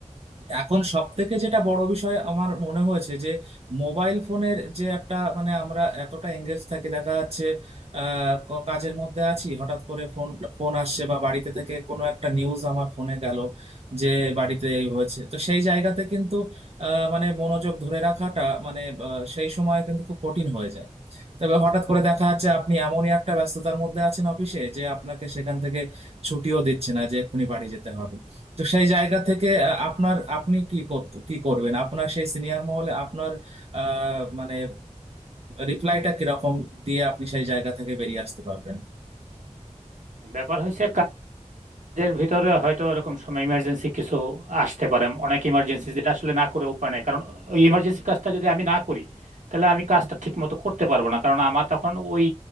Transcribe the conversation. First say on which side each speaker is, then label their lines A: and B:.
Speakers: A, on the right (about 50°); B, on the right (about 80°).
A: এখন সব থেকে যেটা বড় বিষয় আমার মনে হয়েছে যে মোবাইল ফোনের যে একটা মানে আমরা এতটা এঙ্গেজ থাকি দেখা যাচ্ছে আহ ক- কাজের মধ্যে আছি হঠাৎ করে ফোন ফোন আসছে বা বাড়িতে থেকে কোনো একটা নিউজ আমার ফোনে গেল যে বাড়িতে এই হয়েছে তো সেই জায়গাতে কিন্তু আহ মানে মনোযোগ ধরে রাখাটা মানে আহ, সেই সময় কিন্তু খুব কঠিন হয়ে যায় তবে হঠাৎ করে দেখা যাচ্ছে আপনি এমনই একটা ব্যস্ততার মধ্যে আছেন অফিসে যে আপনাকে সেখান থেকে ছুটিও দিচ্ছে না যে এক্ষুনি বাড়ি যেতে হবে তো সেই জায়গা থেকে আহ, আপনার আপনি কি করত- কি করবেন আপনার সেই সিনিয়র মহলে আপনার আহ, মানে রিপ্লাইটা কিরকম দিয়ে আপনি সেই জায়গা থেকে বেরিয়ে আসতে পারবেন
B: ব্যাপার হয়েছে এর ভিতরে হয়তো এরকম সময় ইমার্জেন্সি কিছু আসতে পারে অনেক ইমার্জেন্সি যেটা আসলে না করে উপায় নাই কারণ ওই ইমার্জেন্সি কাজটা যদি আমি না করি তাহলে আমি কাজটা ঠিক মতো করতে পারবো না কারণ আমার তখন ওই